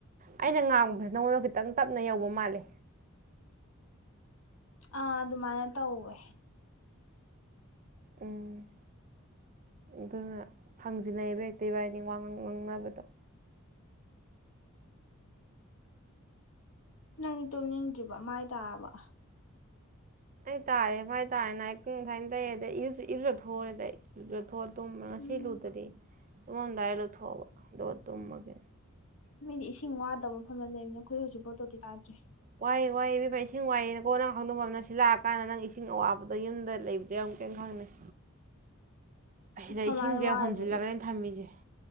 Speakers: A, on the right (about 35°); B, on the left (about 80°).
A: ꯑꯩꯅ ꯉꯥꯡꯕꯁꯤ ꯅꯉꯣꯟꯗ ꯈꯤꯇꯪ ꯇꯞꯅ ꯌꯧꯕ ꯃꯥꯂꯦ
B: ꯑꯥ ꯑꯗꯨꯃꯥꯏꯅ ꯇꯧꯋꯦ
A: ꯎꯝ ꯑꯗꯨꯅ ꯐꯪꯖꯤꯟꯅꯩꯕ ꯍꯦꯛꯇ ꯏꯕꯥꯥꯅꯤ ꯋꯥ ꯉꯥꯡ ꯉꯥꯡꯅꯕꯗꯣ
B: ꯅꯪ ꯇꯨꯝꯅꯤꯡꯗ꯭ꯔꯤꯕ ꯃꯥꯏ ꯇꯥꯔꯕ
A: ꯑꯩ ꯇꯥꯔꯦ ꯃꯥꯏ ꯇꯥꯔꯦꯅ ꯑꯩꯪꯥꯏꯅ ꯇꯩ ꯑꯗ ꯏꯔꯁꯨꯊꯣꯔꯑꯦꯗ ꯑꯩ ꯂꯧꯊꯣꯛꯑ ꯇꯨꯝꯕ꯭ꯔꯥ ꯉꯁꯤ
B: ꯎꯝ
A: ꯂꯨꯗꯗꯤ ꯇꯨꯝꯃꯝꯗꯥꯏ ꯂꯧꯊꯣꯛꯑꯕ ꯑꯗꯨꯣꯛ ꯇꯨꯝꯃꯒꯦ
B: ꯃꯤꯗꯤ ꯏꯁꯤꯡ ꯋꯥꯗꯕ ꯃꯐꯝꯗ ꯂꯩꯅꯤꯅ ꯑꯩꯈꯣꯏ ꯍꯧꯖꯤꯛ ꯐꯎ ꯇꯣꯇꯤ ꯇꯥꯗꯔ꯭ꯤ
A: ꯋꯥꯏ ꯋꯥꯏꯌꯦ ꯏꯁꯤꯡ ꯋꯥꯏ ꯀꯣꯟꯅ ꯑꯃ ꯈꯪꯗꯕ ꯑꯃ ꯅꯪ ꯁꯤ ꯂꯥꯛꯑꯀꯥꯟꯗ ꯅꯪ ꯏꯁꯤꯡ ꯑꯋꯥꯕꯗ ꯌꯨꯝꯗ ꯂꯩꯕꯗꯤ ꯑꯃꯨꯛ ꯀꯩ ꯈꯪꯅꯩ ꯑꯁꯤꯗ
B: ꯀꯃꯥꯏꯅ
A: ꯏꯁꯤꯡꯁꯦ
B: ꯋꯥꯔꯤꯕ
A: ꯍꯣꯟꯖꯤꯜꯂꯒꯅꯦ
B: ꯑꯗꯨꯗꯤ
A: ꯊꯝꯃꯤꯁꯦ